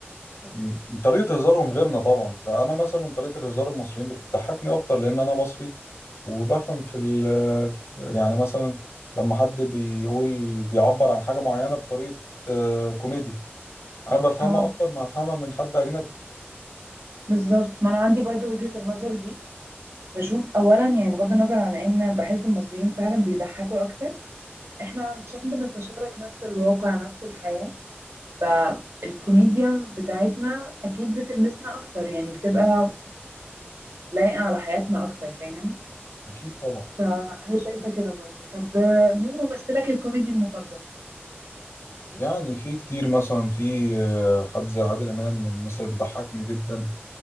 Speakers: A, on the left (about 75°); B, on the right (about 85°).
A: م- طريقة هزارهم غيرنا طبعا فأنا مثلا طريقة الهزار المصريين بتضحكني أكتر لأن أنا مصري وبفهم في ال في- يعني مثلا لما حد بيقول بيعبر عن حاجة معينة بطريقة آه، كوميديا أنا بفهمها
B: اه
A: أكتر ما أفهمها من حد أجنبي
B: بالظبط ما انا عندي برضو وجهة النظر دي بشوف اولا يعني بغض النظر عن ان بحس المصريين فعلا بيضحكوا اكتر احنا عشان بنتشارك نفس الواقع نفس الحياة فالكوميديا بتاعتنا اكيد بتلمسنا اكتر يعني بتبقى لايقة على حياتنا اكتر فاهم
A: أكيد طبعا
B: فانا شايفه كده برضو طب آه، مين ممثلك الكوميدي المفضل
A: يعني في كتير مثلا في آه، حد زي عادل إمام من مصر بيضحكني جدا